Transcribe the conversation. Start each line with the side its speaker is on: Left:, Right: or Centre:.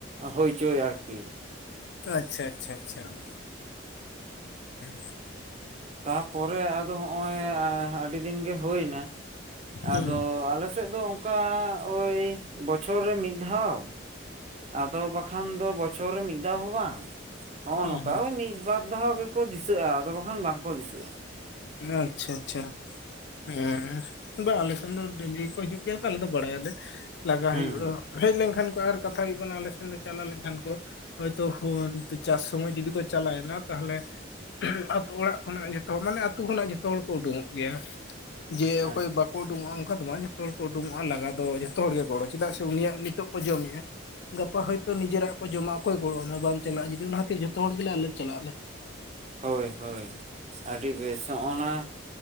Right: ᱦᱳᱭᱪᱳᱭ ᱟᱨᱠᱤ ᱾
Left: ᱟᱪᱪᱷᱟ ᱟᱪᱪᱷᱟ ᱟᱪᱪᱷᱟ ᱦᱩᱸᱻ ᱾
Right: ᱛᱟᱨᱯᱚᱨᱮ ᱟᱫᱚ ᱱᱚᱚᱭ ᱟᱸ ᱟᱹᱰᱤ ᱫᱤᱱ ᱜᱮ ᱦᱳᱭ ᱱᱟ ᱾
Left: ᱦᱩᱸ
Right: ᱟᱫᱚ ᱟᱞᱮ ᱥᱮᱫ ᱫᱚ ᱚᱱᱠᱟ ᱳᱭ ᱵᱚᱪᱷᱚᱨ ᱨᱮ ᱢᱤᱫ ᱫᱷᱟᱣ ᱾ ᱟᱫᱚ ᱵᱟᱠᱷᱟᱱ ᱫᱚ ᱵᱚᱪᱷᱚᱨ ᱨᱮ ᱢᱤᱫ ᱫᱷᱟᱣ ᱦᱚᱸ ᱵᱟᱝ ᱱᱚᱜ
Left: ᱦᱩᱸ
Right: ᱚ ᱱᱚᱝᱠᱟ ᱢᱤᱫ ᱵᱟᱫ ᱾ ᱫᱷᱟᱣ ᱜᱮᱠᱚ ᱫᱤᱥᱟᱹᱜ ᱟ ᱟᱫᱚ ᱵᱟᱠᱷᱟᱱ ᱵᱟᱝᱠᱚ ᱫᱤᱥᱟᱹᱜ ᱟ ᱾
Left: ᱟᱪᱪᱷᱟ ᱟᱪᱪᱷᱟ ᱾ ᱚᱸ ᱵᱟ ᱟᱞᱮ ᱥᱮᱱ ᱫᱚ ᱰᱮᱞᱤ ᱠᱚ ᱦᱤᱡᱩᱜ ᱜᱮᱭᱟ ᱛᱚ ᱟᱞᱮ ᱫᱚ ᱵᱟᱲᱟᱭᱟᱞᱮ ᱾ ᱞᱟᱜᱟ
Right: ᱦᱩᱸ
Left: ᱦᱩᱭᱩᱜ ᱨᱮ ᱦᱚ ᱦᱮᱡ ᱞᱮᱱᱠᱷᱟᱱ ᱠᱚ ᱟᱨ ᱠᱟᱛᱷᱟ ᱦᱩᱭᱩᱜ ᱠᱟᱱᱟ ᱟᱞᱮ ᱥᱮᱱ ᱞᱮ ᱪᱟᱞᱟ ᱞᱮᱱᱠᱷᱟᱱ ᱠᱚ ᱾ ᱦᱚᱳᱭᱛᱚ ᱦᱩᱣᱟᱝ ᱪᱟᱥ ᱥᱚᱢᱚᱭ ᱡᱩᱫᱤ ᱠᱚ ᱪᱟᱞᱟᱣᱮᱱᱟ ᱛᱟᱦᱚᱞᱮ ᱾ ᱟᱹᱛᱩ ᱚᱲᱟᱜ ᱠᱷᱚᱱᱟᱜ ᱡᱚᱛᱚ ᱢᱟᱱᱮ ᱟᱹᱛᱩ ᱠᱷᱚᱱᱟᱜ ᱡᱷᱚᱛᱚ ᱦᱚᱲ ᱠᱚ ᱩᱰᱩᱝᱚᱜ ᱜᱮᱭᱟ ᱡᱮ
Right: ᱟᱪᱪᱷᱟ
Left: ᱚᱠᱚᱭ ᱵᱟᱠᱚ ᱩᱰᱩᱝᱚᱜ ᱟ ᱚᱱᱠᱟ ᱫᱚ ᱵᱟᱝ ᱾ ᱡᱚᱛᱚ ᱦᱚᱲ ᱠᱚ ᱩᱰᱩᱝᱚᱜ ᱟ ᱞᱟᱜᱟ ᱫᱚ ᱡᱚᱛᱚ ᱦᱚᱲᱜᱮ ᱜᱚᱲᱚ ᱪᱮᱫᱟᱜ ᱥᱮ ᱩᱱᱤᱭᱟᱜ ᱱᱤᱛᱚᱜ ᱠᱚ ᱡᱚᱢᱮᱜ ᱟ ᱾ ᱜᱟᱯᱟ ᱦᱚᱭᱛᱚ ᱱᱤᱡᱮᱨᱟᱜ ᱠᱚ ᱡᱚᱢᱟ ᱚᱠᱚᱭ ᱜᱚᱲᱚᱜ ᱟᱢᱟ ᱵᱟᱢ ᱪᱟᱞᱟᱜ ᱟ ᱡᱩᱫᱤ ᱚᱱᱟ ᱠᱷᱟᱹᱛᱤᱨ ᱡᱚᱛᱚ ᱦᱚᱲ ᱜᱮᱞᱮ ᱟᱞᱮ ᱪᱟᱞᱟᱜ ᱟᱞᱮ ᱾
Right: ᱦᱳᱭ ᱦᱳᱭ ᱟᱹᱰᱤ ᱵᱮᱥ ᱦᱚᱸᱜᱱᱟ ᱾